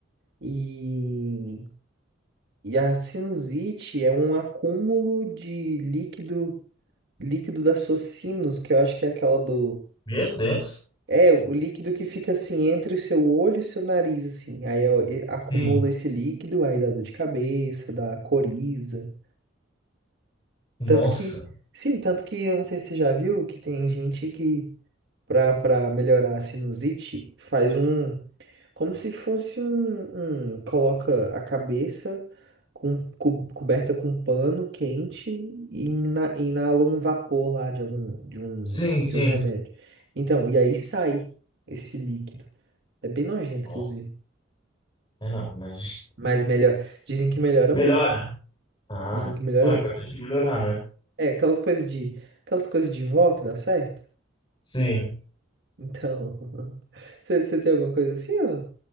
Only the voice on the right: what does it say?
e. E a sinusite é um acúmulo de líquido, líquido da sua sinus, que eu acho que é aquela do.
É, o líquido que fica assim entre o seu olho e o seu nariz, assim. Aí ó, e- acumula
esse líquido, aí dá dor de cabeça, dá coriza.
Tanto que, sim, tanto que eu não sei se você já viu que tem gente que, pra, pra melhorar a sinusite, faz um. Como se fosse um, um- coloca a cabeça com, co- coberta com pano quente e ina- inala um vapor lá de algum de um,
de um remédio. Então, e aí sai esse líquido. É bem nojento,
inclusive.
Mas melhor, dizem que melhora
muito.
Dizem que melhora
muito.
É, aquelas coisas de, aquelas coisas de vó que dá certo.
Então, <laughs> você você tem alguma coisa assim, ó?